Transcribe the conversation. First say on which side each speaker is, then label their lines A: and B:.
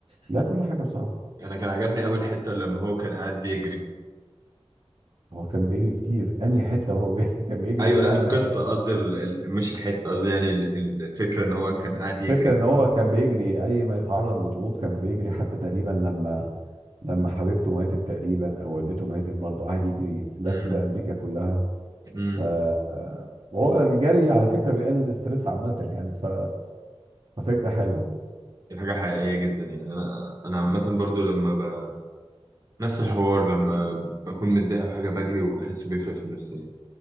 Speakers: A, on the right (about 55°); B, on the right (about 35°).
A: لا كل حاجه بصراحه
B: انا كان عجبني اول حتة لما هو كان قاعد بيجري
A: هو كان بيجري كتير انهي حته وهو بي... <laughs> كان بيجري
B: ايوه
A: في
B: لا
A: انهي مكان
B: القصة قصدي ال- ال- مش الحتة قصدي يعني ال- ال- الفكرة ان هو كان قاعد
A: الفكرة
B: يجري كتير
A: ان هو كان بيجري اي ما يتعرض لضغوط كان بيجري حتى تقريبا لما لما حبيبته ماتت تقريبا او والدته ماتت برضه قعد يجري لف
B: امم
A: امريكا كلها
B: امم
A: ف- وهو الجري على فكرة بيقلل الاستريس عامة يعني ف... ففكرة حلوة
B: دي حاجة حقيقية جدا يعني انا انا عامة برضو لما ب... نفس الحوار لما بكون متضايق او حاجة بجري وبحسه بيفرق في النفسية